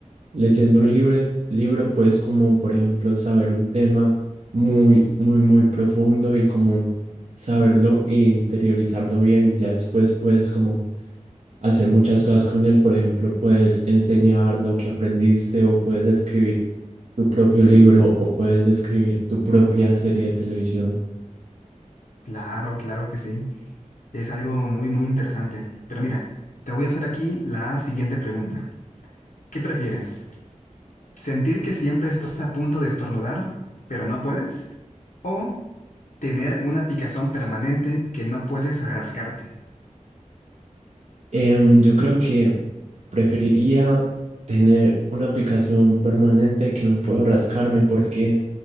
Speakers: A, on the right (about 60°); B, on the left (about 80°).
A: leyendo un libre- libro, pues como por ejemplo saber un tema muy, muy, muy profundo y como saberlo e interiorizarlo bien y ya después pues como hacer muchas cosas con él. Por ejemplo, puedes enseñar lo que aprendiste o puedes escribir tu propio libro o puedes escribir tu propia serie de televisión.
B: Claro, claro que sí. Es algo muy, muy interesante. Pero mira, te voy a hacer aquí la siguiente pregunta. ¿Qué prefieres? ¿Sentir que siempre estás a punto de estornudar, pero no puedes? ¿O tener una picazón permanente que no puedes rascarte?
A: Em, yo creo que preferiría tener una aplicación permanente que no puedo rascarme porque